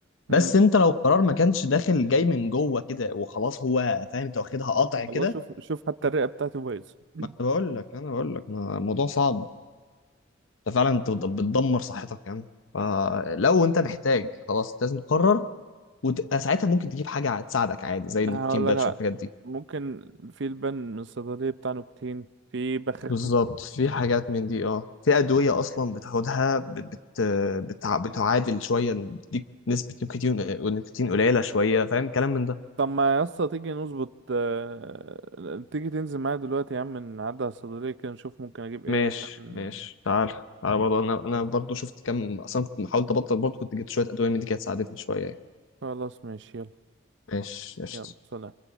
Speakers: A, on the left (about 80°); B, on the right (about 65°).
A: بس
B: امم
A: انت لو قرار ما كانش داخل جاي من جوه كده وخلاص هو فاهم انت واخدها قطع
B: والله
A: كده
B: شوف شوف حتى الرئه بتاعتي بايظه <clears throat>
A: انا بقول لك انا بقول لك ما- الموضوع صعب انت فعلا انت بت- بتدمر صحتك يعني فلو انت محتاج خلاص لازم تقرر وساعتها ممكن تجيب حاجه تساعدك عادي زي النيكوتين
B: هقول
A: باتش
B: لك على-
A: والحاجات دي
B: ممكن في لبن من الصيدليه بتاع نيكوتين في بخاخ
A: بالظبط
B: نيكوتين.
A: في حاجات من دي اه في ادويه اصلا بتاخدها بت بت بتع- بتعادل شويه بتديك نسبه نيكوتين نيكوتين قليله شويه فاهم كلام من ده
B: طب ما يا اسطى تيجي نظبط آه، تيجي تنزل معايا دلوقتي يا عم نعدي على الصيدليه كده نشوف ممكن اجيب ايه
A: ماشي
B: عشان
A: ماشي تعال تعال برضه انا انا برضه شفت كام اصلا كنت محاولت ابطل برضه كنت جبت شويه ادويه من دي كانت ساعدتني شويه يعني
B: خلاص ماشي يلا
A: ماشي قشطه
B: يلا سلام